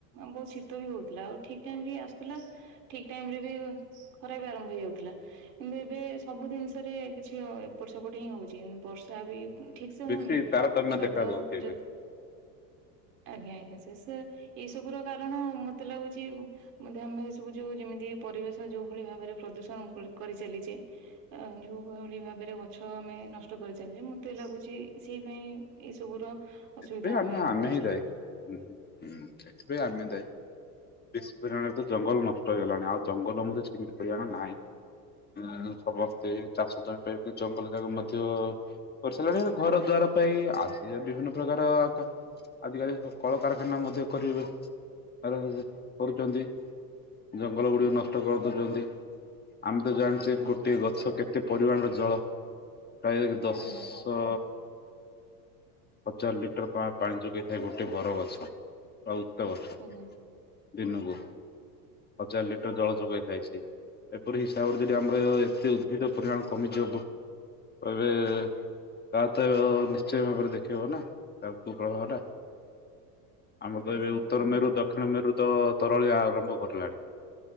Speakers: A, on the right (about 70°); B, on the left (about 20°).
A: ବହୁତ ଶୀତ୍ ବି ହଉଥିଲା। ଆଉ ଠିକ ଟାଇମ ବି ଆସୁଥିଲା ଠିକ ଟାଇମ ରେ ବି ଖରା ବି ଆରମ୍ଭ ହେଇଯାଉଥିଲା କିନ୍ତୁ ଏବେ ସବୁ ଜିନିଷରେ କିଛି ଏପଟ ସେପଟ ହିଁ ହଉଚି। ବର୍ଷା ବି ଠିକ୍ ସେ
B: ବେଶୀ
A: ହଉନି
B: ତାରତମ୍ୟ
A: ଖରା
B: ଦେଖା
A: ତ
B: ଦଉଛି ଏବେ।
A: ଯୋ ଆଜ୍ଞା ଆଜ୍ଞା ସେ ସେ ଏଇ ସବୁର କାରଣ ମତେ ଲାଗୁଚି ବୋଧେ ଆମେ ଏ ସବୁ ଯୋଉ ଯେମିତି ପରିବେଶ ଯୋଉ ଭଳି ଭାବରେ ପ୍ରଦୂଷଣ କରିଚାଲିଚି ଆ ଯୋଉଭଳି ଭାବରେ ଗଛ ଆମେ ନଷ୍ଟ ନଷ୍ଟ କରିଚାଲିଚେ ମତେ ଲାଗୁଚି ସେଇ ପାଇଁ ଏଇ ସବୁର
B: ସେଥିପାଇଁ
A: ଅସୁବିଧା ଆମେ ଭୋଗୁଚେ।
B: ହିଁ ଦାୟୀ। ହୁଁ ସେଥିପାଇଁ ଆମେ ଦାୟୀ। ବେଶୀ ପରିମାଣରେ ତ ଜଙ୍ଗଲ ନଷ୍ଟ ହେଇଗଲାଣି ଆଉ ଜଙ୍ଗଲ ମଧ୍ୟ ସେମିତି ପରିମାଣ ନାହିଁ। ଆ ସମସ୍ତେ ଚାଷ ଜମି ପାଇିଁ ବନ ଜଙ୍ଗଲ ଯାକ ମଧ୍ୟ କରିସାରିଲେଣି ଆ ଘର ଦ୍ୱାର ପାଇଁ ଆଜି ବିଭିନ୍ନ ପ୍ରକାର ଆଜିକାଲି ସବୁ କଳକାରଖାନା ମଧ୍ୟ କରିବେ। ଆରେ କରୁଚନ୍ତି ଜଙ୍ଗଲ ଗୁଡିକ ନଷ୍ଟ ନଷ୍ଟ କରିଦଉଚନ୍ତି। ଆମେ ତ ଜାଣିଚେ
A: ଆଜ୍ଞା
B: ଗୋଟିଏ ଗଛ କେତେ କେତେ ପରିମାଣର ଜଳ ପ୍ରାୟ ଦଶ
A: ଆଜ୍ଞା ସାର୍
B: ହଜାର ଲିଟର ପା-ପାଣି ଯୋଗେଇଥାଏ ଗୋଟେ ବର ଗଛ ବା ଓସ୍ତ ଗଛ।
A: ଆଜ୍ଞା।
B: ଦିନକୁ ହଜାର ଲିଟର ଜଳ ଯୋଗାଇ ଥାଏ ସେ। ଏପରି ହିସାବରେ ଯଦି ଆମର ଏତେ ଉଦ୍ଭିଦ ପରିମାଣ କମିଯିବ ବ ଏବେ ତାତ ନିଶ୍ଚୟ ଭବରେ ଦେ ଦେଖେଇବା ତା କୁପ୍ରଭାବ ଟା। ଆମର
A: ଆଜ୍ଞା
B: ତ ଏବେ
A: ସାର୍
B: ଉତ୍ତର ମେରୁ ଦ ଦକ୍ଷିଣ ମେରୁ ତ ତରଳିଆ ଆରମ୍ଭ କରିଲାଣି।